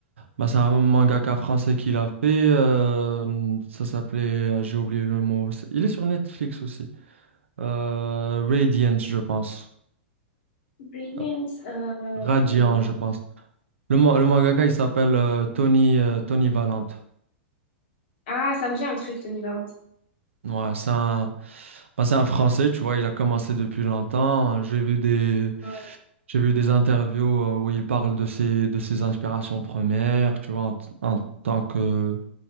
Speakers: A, on the right; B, on the left.
A: bah, c'est un mangaka français qui l'a fait. euh, ça s'appelait, euh, j'ai oublié le mot. c'est- Il est sur Netflix aussi. Euh, Radiant, je pense.
B: Brilliant.
A: Euh,
B: euh,
A: Radiant,
B: euh,
A: je pense. Le, ma- le mangaka, il s'appelle euh, Tony, euh, Tony Valente.
B: Ah, ça me dit un truc, Tony Valenti.
A: Ouais, c'est un, bah, c'est un Français, tu vois, il a commencé depuis longtemps. J'ai vu des,
B: Ouais,
A: J'ai vu des interviews euh, où il parle de ses, de ses inspirations premières, tu vois, en, t- en tant que,